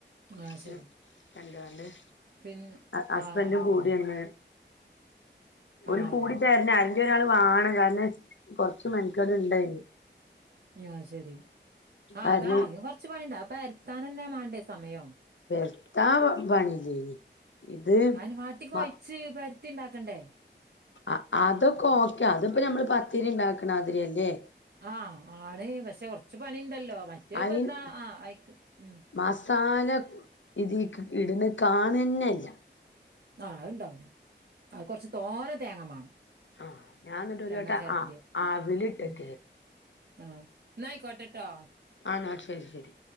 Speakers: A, on the left; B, on the right.
A: കൊർച്ച്
B: ആഹ് ശരി
A: കണ്ട്കാണ്ട്.
B: പിന്നെ
A: അ അസ്ബെന്റുംകൂടിന്ന്
B: ആഹ് ആഹ് ആഹ്
A: ഓല്
B: ആഹ്
A: കൂടിതെർണം അയ്ന്റൊരാൾ മാണം കാരണം കൊർച്ച്മെനക്കേട് ഇണ്ടായ്ന്.
B: അഹ്ശെരി ആഹ്
A: കാരണം
B: അതാണ് അയ്ന് കൊർച്ച് പണിണ്ട് <unintelligible> മാണ്ടേസമയം.
A: പെര്ത്താൻ പണിയില്ലെയ്നി ഇത്
B: അയിന്
A: മ
B: <unintelligible> ഇണ്ടാക്കണ്ടേ
A: ആഹ് അതൊക്കെ ഓക്കെ അതിപ്പ നമ്മള് പത്തിരി ഉണ്ടാക്കണാതിരി അല്ലേ
B: ആഹ് ആണ് പക്ഷെ കൊർച്ച് പണിണ്ടല്ലോ മറ്റേ
A: അയിന്
B: ഇപ്പന്താ ആ അയിക്ക് ഉം
A: മസാല ഇതീക്ക് ഇട്ണ കാണന്നല്ല
B: ആഹ് അത്ണ്ടാവൂല അത് കൊർച്ച് തോന തേങ്ങ മാണം.
A: ആഹ് ഞാൻ ഇത് ഒരു
B: തേങ്ങ
A: വട്ട
B: ചെരണ്ടിയെ
A: ആഹ് ആവിലിട്ടെക്കെ
B: ഉം ആഹ് ന്നയ്കോട്ട ട്ടോ
A: ആണോ ശെരി, ശെരി.